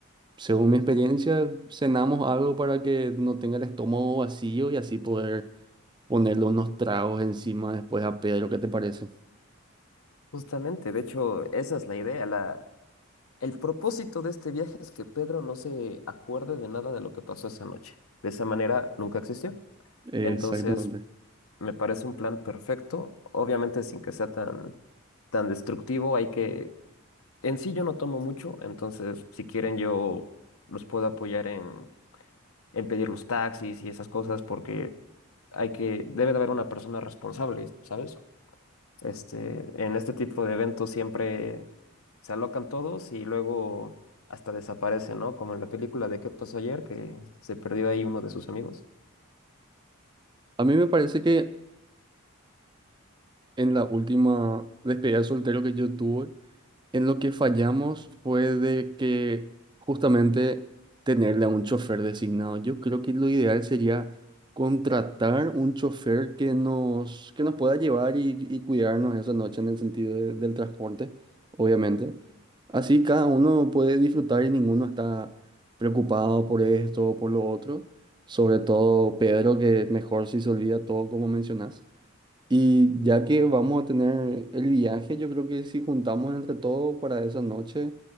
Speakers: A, on the right (about 20°); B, on the left (about 75°).
A: Según mi experiencia, cenamos algo para que no tenga el estómago vacío y así poder ponerle unos tragos encima después a Pedro. ¿Qué te parece?
B: Justamente, de hecho, esa es la idea. La, El propósito de este viaje es que Pedro no se acuerde de nada de lo que pasó esa noche. De esa manera nunca existió.
A: Exactamente.
B: Entonces, me parece un plan perfecto, obviamente sin que sea tan, tan destructivo. Hay que, en sí yo no tomo mucho, entonces si quieren yo los puedo apoyar en, en pedir los taxis y esas cosas porque hay que, debe de haber una persona responsable, ¿sabes? Este, en este tipo de eventos siempre se alocan todos y luego hasta desaparecen, ¿no? Como en la película de ¿Qué pasó ayer? que se perdió ahí uno de sus amigos.
A: A mí me parece que en la última despedida de soltero que yo tuve, En lo que fallamos fue de que justamente tenerle a un chofer designado. Yo creo que lo ideal sería contratar un chofer que nos, que nos pueda llevar y, y cuidarnos esa noche en el sentido de- del transporte, obviamente. Así cada uno puede disfrutar y ninguno está preocupado por esto o por lo otro. Sobre todo Pedro, que mejor si se olvida todo como mencionas. Y ya que vamos a tener el viaje, yo creo que si juntamos entre todos para esa noche,